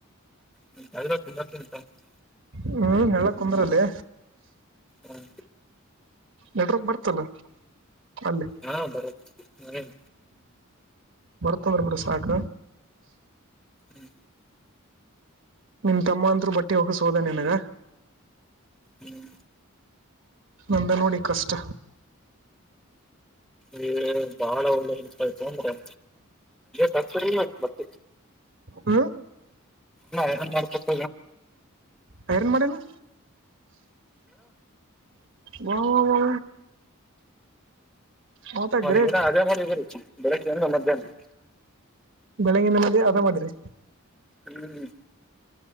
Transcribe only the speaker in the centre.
ಹ್ಮ್ ಹರ ತುಂಬಂತ <unintelligible>
ಹ್ಮ
ಹಾ ಬರುತ್ತೆ ಹ್ಮ
ಹ್ಮ
ಹ್ಮ್
ಈ ಬಾಳ ಒಳ್ಳೆತಾಯತಂದ್ರ ತತ ಮ <inaudible>
ಹಾ ಯರಾಮ್ ಮಾಡ್ಕೊತ
ಒಂದ್
ದಿನ ಅದೇ ಮಾಡರಿ ಬೆಳಿಗ್ಗೆಏನ ಮಧ್ಯಾಹ್ನ
ಹ್ಮ್